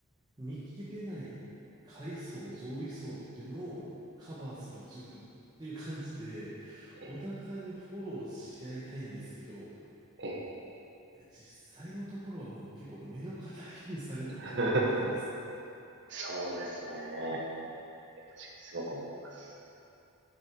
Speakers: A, on the right (about 20°); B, on the right (about 55°).
A: 見切れない階層、上位層っていうのをカバーする塾っていう感じで、
B: え、
A: お互いにフォローし合いたいんですけど、
B: ええ、ええ。
A: いや実際のところはもう結構目の敵にされることが多かったですね。
B: <laughs> そうですね。いや、確かにすごく思います。